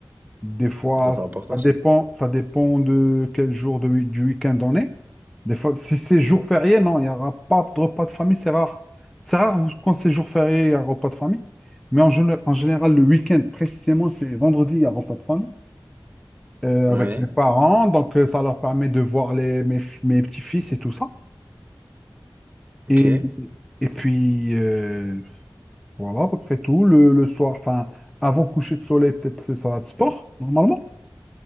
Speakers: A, in the centre; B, on the right.
A: des fois,
B: Ça, c'est important,
A: ça
B: ça.
A: dépend, ça dépend de quel jour de, wi- du week-end on est. Des fois, si c'est jour férié, non, il n'y aura pas de repas de famille, c'est rare. C'est rare quand c'est jour férié, il y a repas de famille. Mais en, gén- en général, le week-end, précisément, c'est vendredi, il y a repas de famille euh,
B: Ouais,
A: avec mes parents. Donc, euh, ça leur permet de voir les, mes, mes petits-fils et tout ça.
B: ok.
A: Et, et puis, euh, Voilà, à peu près tout. Le, le soir, enfin, avant coucher de soleil, peut-être c'est ça va de sport, normalement.